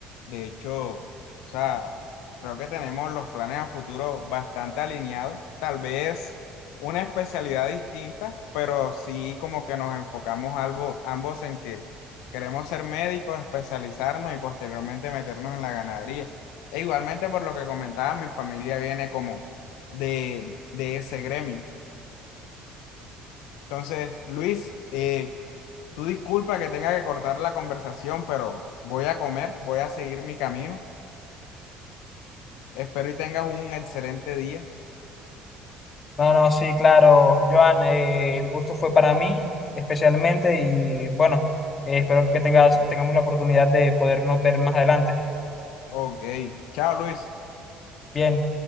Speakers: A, on the left (about 80°); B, on the left (about 40°).
A: De hecho, o sea, creo que tenemos los planes a futuro bastante alineados. Tal vez una especialidad distinta, pero sí como que nos enfocamos algo, ambos en que queremos ser médicos, especializarnos y posteriormente meternos en la ganadería. E igualmente, por lo que comentaba, mi familia viene como de, de ese gremio. Entonces, Luis, eh, Tú disculpa que tenga que cortar la conversación, pero voy a comer, voy a seguir mi camino. Espero y tengas un excelente día.
B: No, no, sí, claro, Joan, eh, el gusto fue para mí especialmente y bueno, eh, espero que tengas, tengamos la oportunidad de podernos ver más adelante.
A: Ok, chao Luis.
B: Bien,